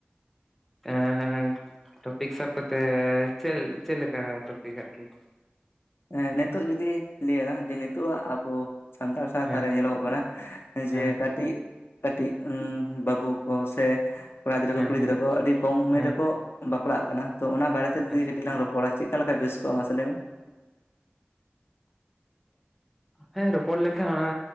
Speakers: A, in the centre; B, on the left (about 75°).
A: ᱮᱸᱻᱮ ᱴᱚᱯᱤᱠ ᱥᱟᱵ ᱠᱟᱛᱮ ᱪᱮᱫᱞ ᱪᱮᱫ ᱞᱮᱠᱟ ᱴᱚᱯᱤᱠ ᱟᱨᱠᱤ?
B: ᱦᱮᱸ ᱱᱤᱛᱚᱜ ᱡᱩᱫᱤ ᱞᱟᱹᱭᱟᱞᱟᱝ ᱡᱮ ᱱᱤᱛᱚ ᱟᱜ ᱟᱵᱚ ᱥᱟᱱᱛᱟᱲ ᱥᱟᱶᱛᱟ
A: ᱦᱮᱸ
B: ᱨᱮ ᱧᱮᱞᱚᱜᱚᱜ ᱠᱟᱱᱟ, ᱡᱮ
A: ᱦᱮᱸ
B: ᱠᱟᱴᱤᱡ ᱠᱟᱴᱤᱡ ᱩᱸ ᱵᱟᱹᱵᱩ ᱠᱚ ᱥᱮ ᱠᱚᱲᱟ ᱜᱤᱫᱽᱨᱟᱹ
A: ᱦᱮᱸ
B: ᱠᱚ ᱠᱩᱲᱤ
A: ᱦᱮᱸ
B: ᱜᱤᱫᱽᱨᱟᱹ ᱠᱚ ᱟᱹᱰᱤ ᱠᱚᱢ ᱩᱢᱮᱨ
A: ᱦᱮᱸ
B: ᱨᱮᱠᱚ ᱵᱟᱯᱞᱟᱜ ᱠᱟᱱᱟ ᱛᱚ᱾ ᱚᱱᱟ ᱵᱟᱨᱮᱛᱮ ᱡᱩᱫᱤ
A: ᱟᱪᱪᱷᱟ
B: ᱠᱟᱹᱴᱤᱡ ᱞᱟᱝ ᱨᱚᱯᱚᱲᱟ ᱪᱮᱫᱠᱟ ᱞᱮᱠᱟ ᱵᱮᱥ ᱠᱚᱜᱼᱟ, ᱢᱟᱥᱮ ᱞᱟᱹᱭ ᱢᱮ?
A: ᱦᱮᱸ ᱨᱚᱯᱚᱲ ᱞᱮᱱᱠᱷᱟᱱ ᱚᱱᱟ